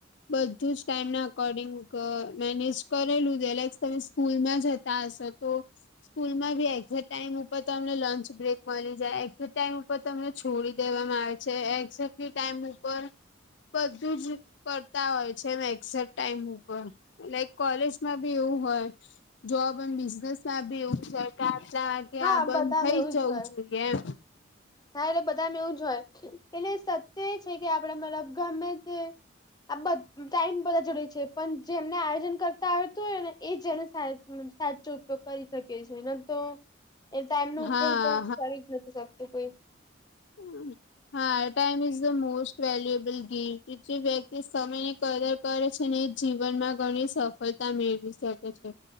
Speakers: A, on the left (about 65°); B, on the left (about 20°).
A: બધું જ ટાઈમના અકોર્ડિંગ મેનેજ કરેલું છે લાઈક્સ તમે સ્કૂલમાં જતા હશો તો સ્કૂલમાં બી એક્ઝેટ ટાઈમ ઉપર તમને લંચ બ્રેક મળી જાય એક્ઝેટ ટાઈમ ઉપર તમને છોડી દેવામાં આવે છે એક્ઝેટ બી ટાઈમ ઉપર બધું જ કરતા હોય છે એમ એક્ઝેક્ટ ટાઈમ ઉપર. લાઈક કોલેજમાં બી એવું હોય. જોબ અને બિઝનેસમાં બી એવું સરકારના કે
B: હા
A: આ બંધ
B: બધામે
A: થઈ
B: એવું
A: જ જવું
B: હોય
A: જોઈએ એમ.
B: હા એટલે બધાનું એવું જ હોય એટલે સત્ય એ છે કે આપડે મતલબ ગમે તે આ બ ટાઈમ બધા જોડે છે પણ જે એમને આયોજન કરતા આવતું હોય ને એજ ને સાચો ઉપયોગ કરી શકીએ છે ન તો એ ટાઈમનો ઉપયોગ
A: હા
B: તો કરી જ નથી શકતું કોઈ
A: હમ્મ. હા time is the most valuable game કે જે વ્યક્તિ સમયે કદર કરે છે ને એજ જીવનમાં ઘણી સફળતા મેળવી શકે છે.